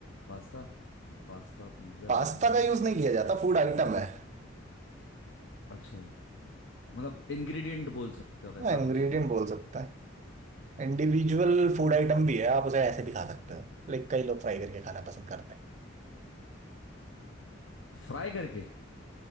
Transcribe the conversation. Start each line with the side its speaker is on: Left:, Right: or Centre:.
Left: पास्ता पास्ता पिज्ज़ा
Right: पास्ता
Left: है हाँ
Right: का यूज नहीं किया जाता फूड आइटम है
Left: अच्छा मतलब इंग्रेडिएंट बोल सकते हो आप ऐसा
Right: इंग्रेडिएंट
Left: कुछ है क्या
Right: बोल सकता है इंडिविजुअल फूड
Left: यार
Right: आइटम भी है आप उसे ऐसे भी खा सकते हो लाइक कई लोग फ्राई करके खाना पसंद करते हैं
Left: फ्राई करके